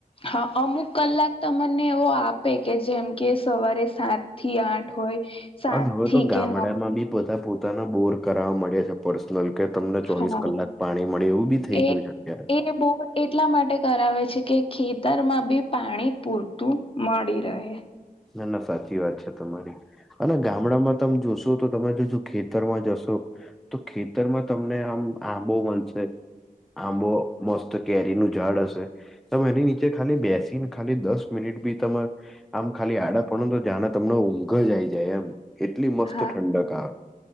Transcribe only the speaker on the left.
હા, અમુક કલાક તમને એવો આપે કે જેમ કે સવારે સાત થી આઠ હોય, સાત
થી
કે નવ
હા
એ
એ બોર એટલા માટે કરાવે છે, કે ખેતરમાં બી પાણી પૂરતું મળી રહે
હા